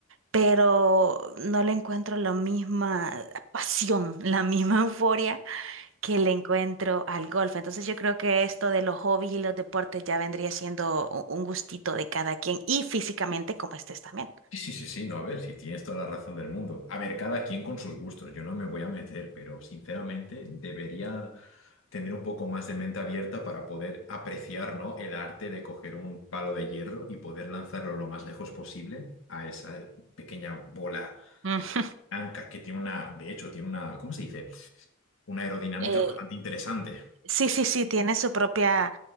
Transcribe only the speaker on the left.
Sí, sí, sí, sí, no, a ver, si tienes toda la razón del mundo. A ver, cada quien con sus gustos, yo no me voy a meter, pero sinceramente debería tener un poco más de mente abierta para poder apreciar, ¿no? el arte de coger un palo de hierro y poder lanzarlo lo más lejos posible a esa pequeña bola
de blanca que tiene una, de hecho, tiene una, ¿cómo se dice? Una aerodinámica
bastante interesante.